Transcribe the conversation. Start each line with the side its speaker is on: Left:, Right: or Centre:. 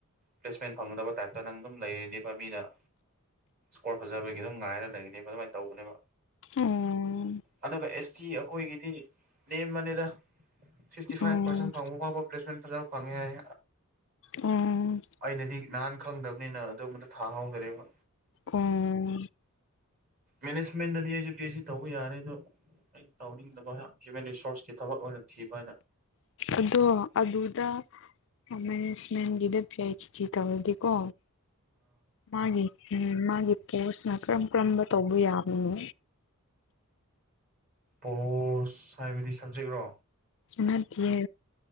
Right: ꯄ꯭ꯂꯦꯁꯃꯦꯟ ꯐꯪꯗꯕ ꯇꯥꯏꯞꯇ ꯅꯪ ꯑꯗꯨꯝ ꯂꯩꯔꯤꯅꯦꯕ ꯃꯤꯅ ꯀꯣꯔ ꯐꯖꯕꯒꯤ ꯑꯗꯨꯝ ꯉꯥꯏꯔ ꯂꯩꯒꯅꯦꯕ ꯑꯗꯨꯃꯥꯏꯅ ꯇꯧꯕꯅꯦꯕ
Left: ꯎꯝ
Right: ꯑꯗꯨꯒ ꯑꯦꯁ ꯇꯤ ꯑꯩꯈꯣꯏꯒꯤꯗꯤ ꯅꯦꯝꯕꯅꯤꯗ ꯁꯤꯛꯁꯇꯤ ꯐꯥꯏꯚ
Left: ꯎꯝ
Right: ꯄꯥꯔꯁꯦꯟ ꯐꯪꯕ ꯐꯥꯎꯕ ꯄ꯭ꯂꯦꯁꯃꯦꯟ ꯐꯖꯕ ꯐꯪꯉꯦ ꯍꯥꯏ
Left: ꯎꯝ
Right: ꯑꯩꯅꯗꯤ ꯅꯍꯥꯟ ꯈꯪꯗꯕꯅꯤꯅ ꯑꯗꯨꯕꯗ ꯊꯥꯍꯧꯗꯔꯦꯕ
Left: ꯎꯨꯡ
Right: ꯃꯦꯅꯦꯖꯃꯦꯟꯗꯗꯤ ꯑꯩꯁꯨ ꯄꯤ ꯑꯩꯆ ꯁꯤ ꯇꯧꯕ ꯌꯥꯔꯦ ꯑꯗꯣ ꯑꯩꯅ ꯇꯧꯅꯤꯡꯗꯕ ꯍ꯭ꯌꯨꯃꯦꯟ ꯔꯤꯁꯣꯔꯁꯀꯤ ꯊꯕꯛ ꯑꯣꯏꯅ ꯊꯤꯕ ꯑꯩꯅꯥ
Left: ꯑꯗꯣ ꯑꯗꯨꯗ ꯃꯦꯅꯦꯁꯃꯦꯟꯒꯗ ꯄꯤ. ꯗꯤ. ꯇꯧꯔꯗꯤꯀꯣ ꯃꯥꯒꯤ ꯎꯝ ꯃꯥꯒꯤ ꯀꯁꯅ ꯀꯔꯝ ꯀꯔꯝꯕ ꯇꯧꯕ ꯌꯥꯕꯅꯣ
Right: ꯄꯣꯁ ꯍꯥꯏꯕꯗꯤ ꯁꯕꯖꯦꯛꯔꯣ
Left: ꯅꯥꯠꯇꯤꯌꯦ